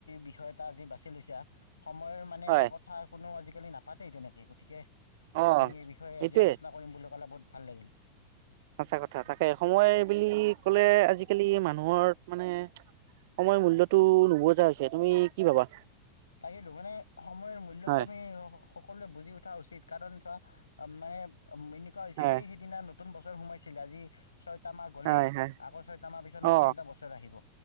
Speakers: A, on the left (about 75°); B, on the right (about 50°).
A: বিষয় এটা আজি বাছি লৈছা সময়ৰ মানে
B: হয়
A: কথা কোনো আজিকালি নাপাতেই তেনেকে গতিকে
B: অ
A: তুমি এই বিষয়ে
B: সেইটোয়ে
A: আজি আলোচনা কৰিম বুলি ক'লে বহুত ভাল লাগিল।
B: সঁচা কথা তাকে সময় বুলি ক'লে আজিকালি মানুহৰ মানে সময় মূল্যটো নুবুজা হৈছে তুমি কি ভাবা?
A: তাকেটো মানে সময়ৰ মূল্যটো
B: হয়
A: আমি সকলোৱে বুজি উঠা উচিত কাৰণ চোৱা মানে এনেকুৱা হৈছে
B: হয়
A: সেই সেইদিনা ন নতুন বছৰ সোমাইছিল আজি ছয়টা মাহ গ'লেই
B: হয় হয়
A: আকৌ ছয়টা মাহ পিছত নতুন
B: অ
A: এটা বছৰ আহিব।